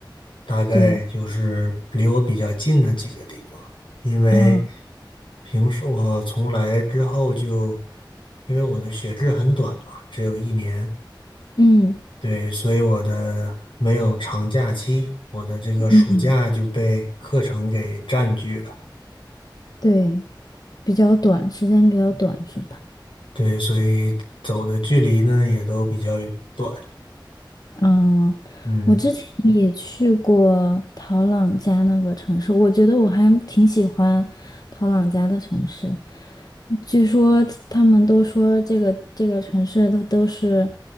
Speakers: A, on the left; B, on the left.
A: 大概就是离我比较近的几个地方，
B: 对，
A: 因为
B: 嗯
A: 平时我从来之后就，因为我的学制很短嘛，只有一年，
B: 嗯
A: 对，所以我的没有长假期，我的这个暑假就被课程给占据了。
B: 嗯，对，比较短，时间比较短是吧？
A: 对，所以走的距离呢也都比较短。
B: 嗯，
A: 嗯，
B: 我之前也去过陶朗家那个城市，我觉得我还挺喜欢陶朗家的城市。据说他们都说这个这个城市都都是，